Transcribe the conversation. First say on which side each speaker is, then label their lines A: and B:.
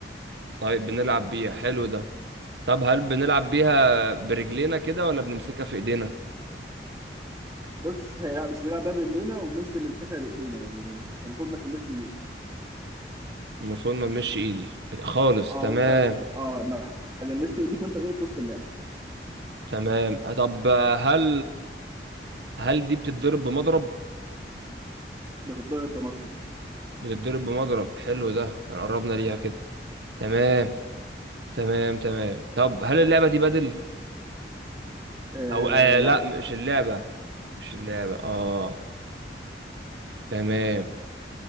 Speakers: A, on the right; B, on the right.
A: طيب بنلعب بيها حلو ده طب هل بنلعب بيها برجلينا كده ولا بنمسكها في ايدينا؟
B: بص هي لا مش بنلعب بيها برجلينا ومش بنمسكها بإيدينا يعني هي المفروض ما تلمس إيدك
A: المفروض ما بنمشي ايدي خالص
B: اه
A: تمام
B: وأنت في... اه ما تلمس إيديك وأنت جاي في وسط اللعب
A: تمام طب هل هل دي بتتضرب بمضرب؟
B: بتتضرب بمطر
A: بتتضرب بمضرب حلو ده يعني قربنا ليها كده تمام تمام تمام طب هل اللعبة دي بدل
B: آه
A: او آه لا
B: لا
A: مش اللعبة مش اللعبة اه تمام